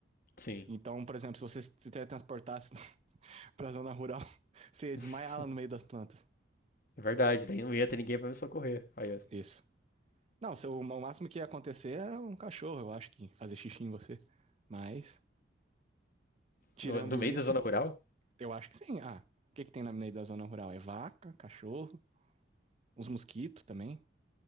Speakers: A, on the left; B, on the right.
A: Sim,
B: Então, por exemplo, se você se teletransportasse <laughs> para a zona rural, <laughs> você ia
A: <laughs>
B: desmaiar lá no meio das plantas.
A: é verdade. Daí não ia ter ninguém para me socorrer. Aí, ó,
B: Isso. Não, se o, o máximo que ia acontecer é um cachorro, eu acho que fazer xixi em você. Mas, tirando
A: no, no meio
B: isso,
A: da zona rural,
B: eu acho que sim. Ah, o que que tem na meio da zona rural? É vaca, cachorro, uns mosquitos também.